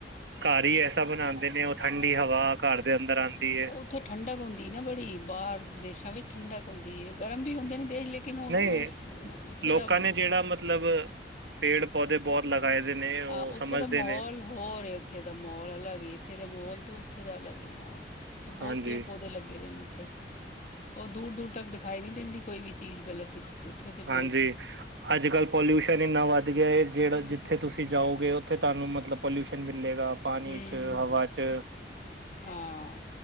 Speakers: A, on the right; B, on the left.
A: ਘਰ ਹੀ ਐਸਾ ਬਣਾਂਦੇ ਨੇ ਓ ਠੰਡੀ ਹਵਾ ਘਰ ਦੇ ਅੰਦਰ ਆਂਦੀ ਏ।
B: ਉੱਥੇ ਠੰਡਕ ਹੁੰਦੀ ਨਾ ਬੜੀ ਬਾਹਰ ਦੇਸ਼ਾਂ ਵਿੱਚ ਠੰਡਕ ਹੁੰਦੀ ਗਰਮ ਵੀ ਹੁੰਦੇ ਨੇ ਦੇਸ਼ ਲੇਕਿਨ ਓ-ਓ
A: ਨਹੀਂ
B: ਉੱਥੇ
A: ਲੋਕਾਂ
B: ਦਾ
A: ਨੇ ਜਿਹੜਾ ਮਤਲਬ ਪੇੜ ਪੌਦੇ ਬੋਤ ਲਗਾਏ ਦੇ ਨੇ ਓ
B: ਹਾਂ ਉੱਥੇ
A: ਸਮਝਦੇ
B: ਦਾ ਮਾਹੌਲ
A: ਨੇ।
B: ਹੋਰ ਉੱਥੇ ਦਾ ਮੋਲ ਅਲੱਗ ਇੱਥੇ ਦਾ ਮੋਲ ਤੂੰ ਉੱਥੇ ਦਾ ਅਲੱਗ ਈ ਮੋਲ ਉਥੇ ਬੋਤ
A: ਹਾਂਜੀ
B: ਪੇੜ ਪੌਦੇ ਲੱਗੇ ਦੇ ਨੇ ਉੱਥੇ ਓ ਦੂਰ-ਦੂਰ ਤੱਕ ਦਿਖਾਈ ਨੀ ਦਿੰਦੀ ਕੋਈ ਵੀ ਚੀਜ਼ ਗਲਤ ਉੱਥੇ ਤਾਂ ਬਹੁਤ
A: ਹਾਂਜੀ ਅੱਜ ਕੱਲ੍ਹ ਪੋਲਿਊਸ਼ਨ ਇੰਨਾ ਵੱਧ ਗਿਆ ਏ ਜੇੜਾ
B: ਹੂੰ
A: ਜਿੱਥੇ ਤੁਸੀਂ ਤੁਸੀਂ ਜਾਓਗੇ ਓਥੇ ਤੁਹਾਨੂੰ ਮਤਲਬ ਪੋਲਿਊਸ਼ਨ ਮਿਲੇਗਾ ਪਾਣੀ
B: ਹੂੰ
A: ਚ, ਹਵਾ 'ਚ
B: ਹਾਂ